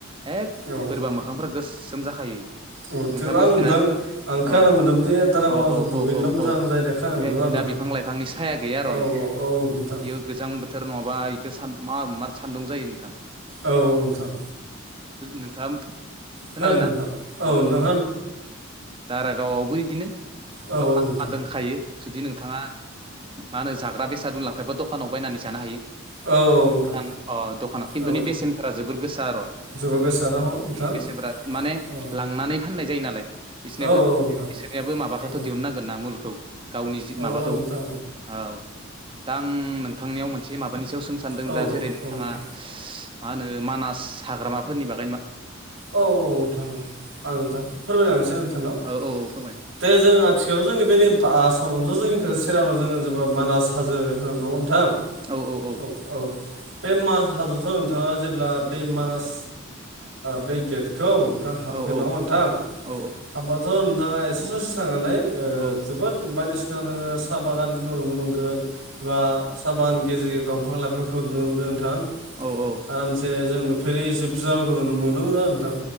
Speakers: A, on the right; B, on the right.
A: एक
B: औ
A: बोरैबा मोखांफ्रा गोसोम जाखायो
B: अ
A: नोंथाङा
B: थेव
A: बुजिदों
B: आं नोंथां
A: ना
B: आं खोनानो
A: औ
B: मोन्दों जे दारागाव
A: औ
B: हाजो
A: औ
B: दुगैनोल'
A: औ औ
B: मोजां
A: औ
B: जायो खोनानो मोन्दोंमोन
A: ए दा बिफां लाइफांनि साया गैया आरो'
B: आं
A: नोंथां
B: औ औ नोंथां
A: बेयो गोजां बोथोर नङाबा बेखौ मा मार सान्दुं जायो नोंथां
B: औ नोंथां
A: नोंथाङा खोनादोंना
B: खोनादों नोंथां
A: औ
B: नोंथां
A: दारागावआवबो बिदिनो
B: औ औ
A: फान दखायो जुदि नोंथाङा मा होनो जाग्रा बेसाद दलांफायोबा दखानाव बायनानै जानो हायो
B: औ औ नोंथां
A: दखान अ दखानाव खिन्थुनि
B: औ
A: बेसेनफोरा जोबोर गोसा आरो
B: जोबोद गोसा ना नोंथां
A: बेसेनफोरा माने
B: औ
A: लांनानै फाननाय जायो नालाय बिसोरनिया
B: औ औ नोंथां
A: बोसोर याबो माबाखौथ'
B: औ
A: दिहुननांगोन ना मुलखौ गावनि जि
B: औ
A: माबाखौ
B: औ नोंथां
A: औ दा आं नोंथांनियाव मोनसे माबानि सायाव सों सान्दों
B: औ नोंथां औ
A: दा जेरै नोंथाङा
B: नोंथां औ
A: मा होनो मानास हाग्रामाफोरनि बागै म
B: औ औ नोंथां आं नोंथां फोरमायलांनोसै नोंथांनाव
A: औ औ औ फोरमायनो
B: दे जों आथिखालाव जोंनि बे आसामावनोथ' जोंनिखौ सेरावनाव जोंङो जेबा मानास हाजो होनो नङ नोंथां
A: औ औ औ
B: औ बे मास हाजोथ' नोंथाङा जेब्ला बे मास बे गेटखौ नोंथां हाबगोन
A: औ औ
B: नङा नोंथां
A: औ
B: हाबाथ' नोंथाङा एसे ससे थांनानै
A: औ
B: जोबोद बाय बिसिना नोङो साहा बागानफोरखौ नुनो मोनगोन एबा साहा बागान गेजेर दंफां लाइफांखौ नुनो मोनगोन नोंथां
A: औ औ
B: आरामसे जों नुफेरि जिब जुनारफोरखौ नुनो मोनोमोन आरो नोंथां